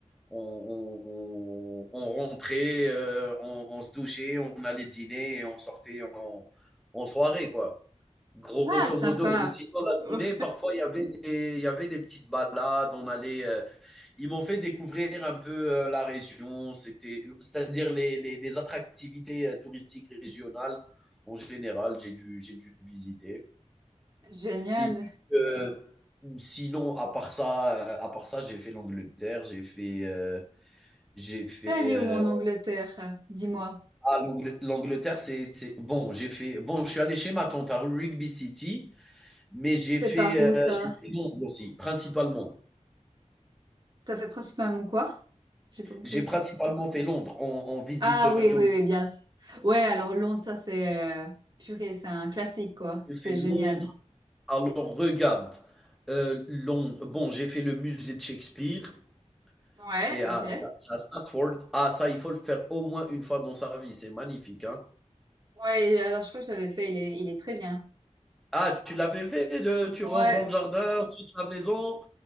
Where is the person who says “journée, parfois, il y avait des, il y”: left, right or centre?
Centre